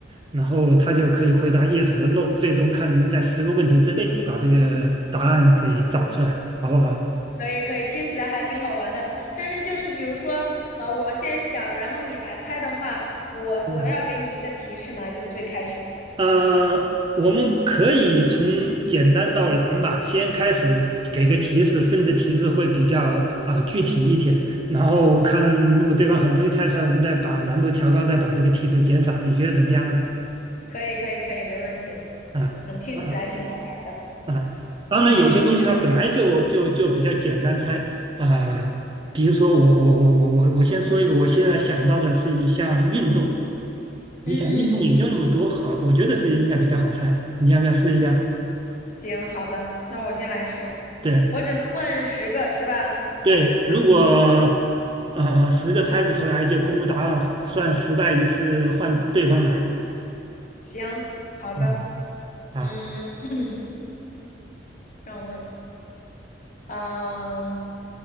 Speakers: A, on the right; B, on the left.
A: 然后他就可以回答 yes 和 no，最终看能不能在十个问题之内把这个答案给找出来，好不好？
B: 可以可以，听起来还挺好玩的。但是就是比如说，呃，我先想，然后你来猜的话，我我要给你一个提示嘛，
A: 嗯。
B: 就最开始。
A: 呃，我们可以从简单到难吧，先开始给个提示，甚至提示会比较啊具体一点，然后看如果对方很容易猜出来，
B: 嗯，
A: 我们再把难度调高，再把这个提示减少，你觉得怎么样呢？
B: 可以可以可以，没问题。
A: 啊啊
B: 嗯，听起来挺好玩的。
A: 啊！当然，有些东西它本来就就就比较简单猜啊、呃比如说我我我我我我先说一个，我现在想到的是一项运动，你想运动也就那么多，
B: 嗯嗯，
A: 好，我觉得是应该比较好猜，你要不要试一下？
B: 行，好的，那我先来试。
A: 对。
B: 我只能问十个是吧？
A: 对，如果呃十个猜不出来，就公布答案，算失败一次，换对方来。
B: 行，好的。
A: 嗯，啊
B: 嗯，<clears throat> 让我问，嗯、